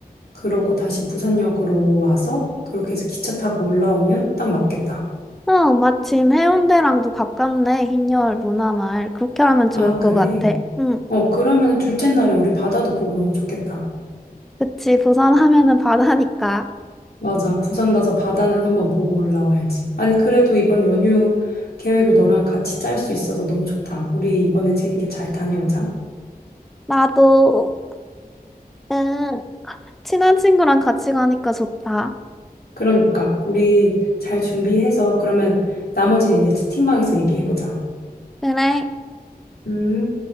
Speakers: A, on the left; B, in the centre.
A: 그러고 다시 부산역으로 와서 그렇게 해서 기차 타고 올라오면 딱 맞겠다.
B: 어, 마침 해운대랑도 가깝네. 흰여울 문화마을. 그렇게 하면 좋을
A: 아,
B: 것
A: 그래.
B: 같아. 응.
A: 어, 그러면 둘째 날에 우리 바다도 보고 너무 좋겠다.
B: 그치. 부산 하면은 바다니까.
A: 맞아. 부산 가서 바다는 한번 보고 올라와야지. 아니, 그래도 이번 연휴 계획을 너랑 같이 짤 수 있어서 너무 좋다. 우리 이번에 재밌게 잘 다녀오자.
B: 나도. 응, 친한 친구랑 같이 가니까 좋다.
A: 그러니까 우리 잘 준비해서 그러면 나머지는 이제 채팅방에서 얘기해보자.
B: 그래,
A: 음.